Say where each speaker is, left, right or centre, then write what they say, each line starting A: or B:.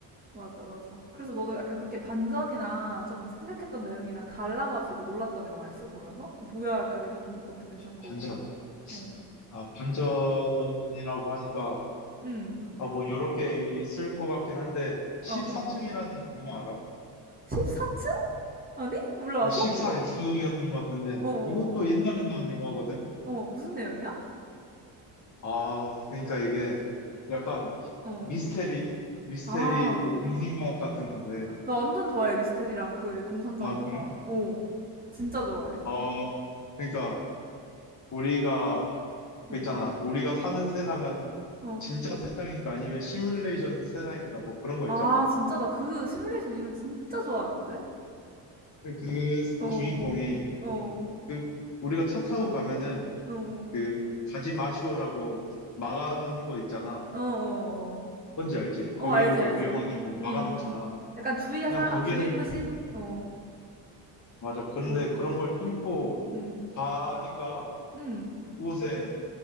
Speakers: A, on the right; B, on the left.
A: 맞아, 맞아. 그래서 너도 약간 그렇게 반전이나 좀 생각했던 내용이랑 달라가지고 놀랐던 영화였어, 보면서? 어, 뭐야, 약간 이런 것도 괜찮고.
B: 반전.
A: 어,
B: 아, 반전이라고 하니까
A: 음.
B: 아, 뭐 여러 개 있을 것 같긴 한데 14층이라는
A: 어, 어, 어.
B: 영화 알아?
A: 14층? 아니? 몰라,
B: 아,
A: 처음
B: 14X였던
A: 들어.
B: 것 같은데
A: 어, 어,
B: 이것도 옛날에 나온 영화거든.
A: 어, 무슨 내용이야?
B: 아, 그러니까 이게 약간
A: 어, 어.
B: 미스테리, 미스테리
A: 아,
B: 있고 공상과학 같은 건데.
A: 나 완전 좋아해, 미스테리랑 그 공상과학
B: 아,
A: 영화.
B: 그래?
A: 어, 진짜 좋아해.
B: 어, 그러니까 우리가
A: 응,
B: 그 있잖아. 우리가 사는 세상은
A: 어.
B: 진짜 세상인가 아니면 시뮬레이션 세상인가 뭐 그런 거
A: 아,
B: 있잖아.
A: 진짜 나 그 시뮬레이션 이론 진짜 좋아하는데?
B: 그
A: 어, 어,
B: 주인공이
A: 어,
B: 그 우리가 차 타고 가면은
A: 어,
B: 그 가지 마시오라고 막아놓는 거 있잖아.
A: 어, 어.
B: 뭔지 알지? 거기로
A: 어. 어, 알지,
B: 가
A: 알지.
B: 위험하다고
A: 음,
B: 막아놓잖아.
A: 약간 주의사,
B: 그냥 거기를
A: 주의 표시? 어,
B: 맞아. 그런데
A: 어,
B: 그런 걸 뚫고
A: 음,
B: 가니까
A: 음,
B: 그곳에